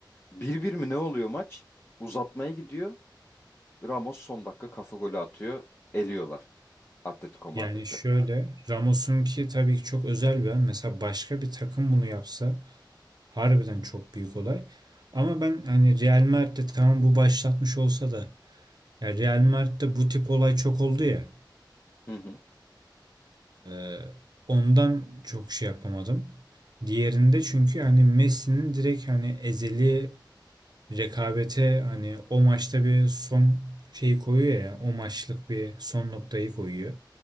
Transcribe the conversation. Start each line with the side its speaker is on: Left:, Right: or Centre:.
Left: 1-1 mi ne oluyor maç? Uzatmaya gidiyor. Ramos son dakika kafa golü atıyor. Eliyorlar Atletico Madrid'i.
Right: Yani şöyle Ramos'un ki tabii ki çok özel bir an. Mesela başka bir takım bunu yapsa Harbiden çok büyük olay. Ama ben hani Real Madrid'de tamam bu başlatmış olsa da ya Real Madrid'de bu tip olay çok oldu ya.
Left: Hı hı.
Right: e, ondan çok şey yapamadım. Diğerinde çünkü hani Messi'nin direkt hani ezeli rekabete hani o maçta bir son şeyi koyuyor ya o maçlık bir son noktayı koyuyor.